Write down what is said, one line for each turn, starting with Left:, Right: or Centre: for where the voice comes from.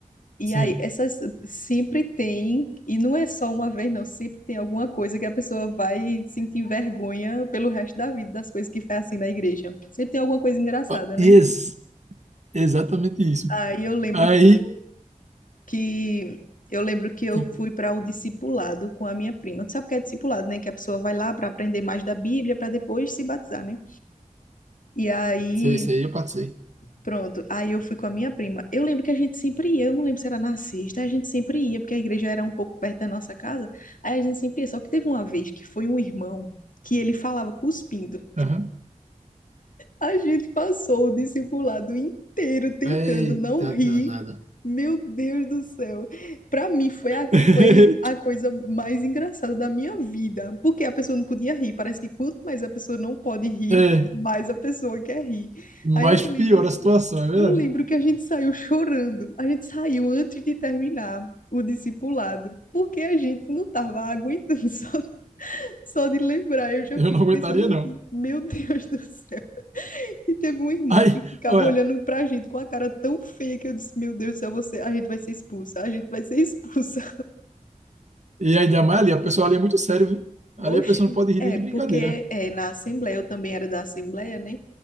Left: E
Right: sim.
Left: aí, essas sempre tem, e não é só uma vez, não, sempre tem alguma coisa que a pessoa vai sentir vergonha pelo resto da vida das coisas que faz assim na igreja. Sempre tem alguma coisa engraçada,
Right: Ó, e
Left: né?
Right: ex- exatamente isso.
Left: Aí eu lembro
Right: Aí,
Left: que eu que eu lembro que eu
Right: sim,
Left: fui para o discipulado com a minha prima. Tu sabe o que é discipulado, né? Que a pessoa vai lá para aprender mais da Bíblia para depois se batizar, né? E aí,
Right: sei, sei, eu passei.
Left: pronto. Aí eu fui com a minha prima. Eu lembro que a gente sempre ia, eu não lembro se era na sexta, a gente sempre ia, porque a igreja era um pouco perto da nossa casa. Aí a gente sempre ia. Só que teve uma vez que foi um irmão que ele falava cuspindo.
Right: Aham.
Left: A gente passou o discipulado inteiro tentando
Right: Eita
Left: não rir.
Right: danada.
Left: Meu Deus do céu. Para mim foi a,
Right: <laughs>
Left: foi a coisa mais engraçada da minha vida, porque a pessoa não podia rir. Parece que quanto mais a pessoa não pode rir,
Right: É,
Left: mais a pessoa quer rir.
Right: mas
Left: Aí eu lembro,
Right: piora a situação, é verdade.
Left: eu lembro que a gente saiu chorando. A gente saiu antes de terminar o discipulado, porque a gente não estava aguentando <laughs> só, só de lembrar. Eu já
Right: Eu
Left: fico
Right: não aguentaria,
Left: pensando assim,
Right: não.
Left: meu Deus do céu. E teve um irmão
Right: Aí,
Left: que ficava
Right: olha,
Left: olhando pra gente com a cara tão feia que eu disse: Meu Deus do céu, você, a gente vai ser expulsa, a gente vai ser expulsa.
Right: e ainda mais ali, a pessoa ali é muito sério, viu?
Left: <laughs>
Right: Ali
Left: Oxe.
Right: a pessoa não pode rir
Left: É,
Right: nem de
Left: porque
Right: brincadeira.
Left: é, na Assembleia, eu também era da Assembleia, né?